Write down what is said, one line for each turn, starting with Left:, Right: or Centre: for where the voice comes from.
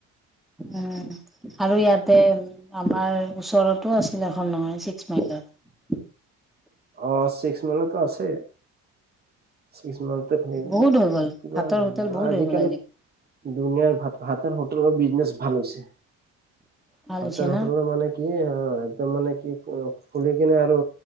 Centre: উম' আৰু ইয়াতে আমাৰ ওচৰত। আছিল এখন নহয় ছিক্স মাইলত।
Right: অ', ছিক্স মাইলতো আছে। ছিক্স মাইলতে থাকিব।
Centre: বহুত হৈ গ'ল
Right: কিবা
Centre: ভাতৰ
Right: ন'
Centre: হোটেল বহুত
Right: আজিকালি।
Centre: হৈ গ'ল
Right: দুনিয়াৰ ভাত, ভাতৰ হোটেলৰ বিজনেছ ভাল হৈছে।
Centre: ভাল
Right: ভাতৰ
Centre: হৈছে
Right: হোটেলৰ
Centre: ন।
Right: মানে কি, অ'একদম মানে কি কম খুলি। <inaudible> আৰু